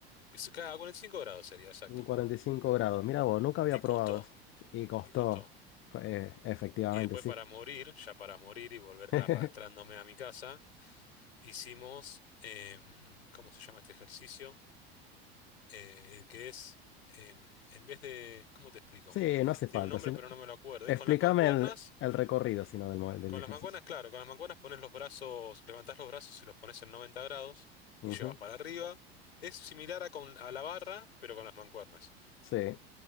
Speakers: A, on the left (about 85°); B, on the left (about 40°).
A: Es- Claro, 45 grados sería, exacto.
B: Un 45 grados. Mira vos, nunca había
A: Y costó,
B: probado eso. Y costó.
A: y costó.
B: Eh, efectivamente,
A: Y después
B: sí.
A: para morir, ya para morir y volver
B: <laughs>
A: arrastrándome a mi casa, hicimos, em, ¿cómo se llama este ejercicio? Eh, el que es, em, en vez de, ¿cómo te explico?
B: Sí, no hace falta.
A: Tiene un nombre
B: si no-
A: pero no me lo acuerdo.
B: Explícame
A: Es con las mancuernas,
B: el, el recorrido, sino del, mo- del
A: con
B: ejercicio.
A: las mancuernas, claro, con las mancuernas pones los brazos, levantás los brazos y los pones en 90 grados y
B: Ujú,
A: llevas para arriba. Es similar a, con, a la barra, pero con las mancuernas.
B: Sí.